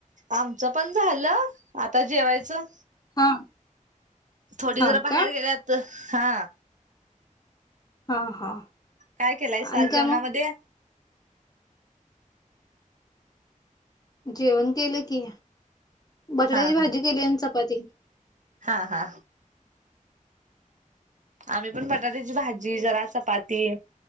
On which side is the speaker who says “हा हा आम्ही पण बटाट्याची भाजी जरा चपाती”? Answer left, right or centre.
Right